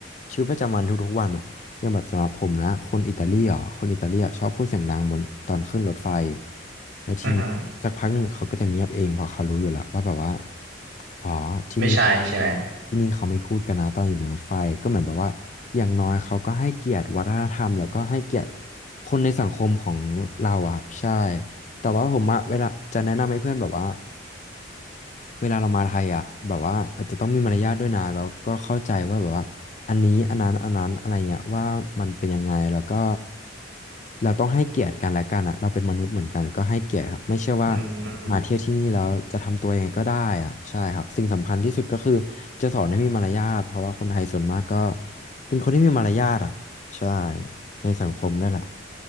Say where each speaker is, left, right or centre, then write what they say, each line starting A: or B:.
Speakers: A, on the left; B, on the right.
A: ชีวิตประจำวันทุกๆวันอะ อย่างแบบสำหรับผมนะคนอิตาลีอ่ะคนอิตาลีอ่ะชอบพูดเสียงดังบนตอนขึ้นรถไฟแล้วทีนี้สักพักหนึ่งเขาก็จะเงียบเองเพราะเขารู้อยู่แล้วว่าแบบว่า
B: อือหือ
A: อ๋อที่นี่
B: ไม่ใช่ใช่ไหม
A: ที่นี่เขาไม่พูดกันนะตอนอยู่บนรถไฟก็เหมือนแบบว่าอย่างน้อยเขาก็ให้เกียรติวัฒนธรรมแล้วก็ให้เกียรติคนในสังคมของเราอ่ะใช่แต่ว่าผมอะเวลาจะแนะนำให้เพื่อนแบบว่า เวลาเรามาไทยอ่ะแบบว่าอาจจะต้องมีมารยาทด้วยนะแล้วก็เข้าใจว่าแบบว่าอันนี้อันนั้นอันนั้นอะไรเงี้ยว่ามันเป็นยังไงแล้วก็เราต้องให้เกียรติกันและกันอ่ะเราเป็นมนุษย์เหมือนกันก็ให้เกียรติครับไม่ใช่ว่า
B: อืม
A: มาเที่ยวที่นี่แล้วจะทำตัวยังไงก็ได้อ่ะใช่ครับสิ่งสำคัญที่สุดก็คือจะสอนให้มีมารยาทเพราะว่าคนไทยส่วนมากก็เป็นคนที่มีมารยาทอ่ะใช่ในสังคมนั่นแหละ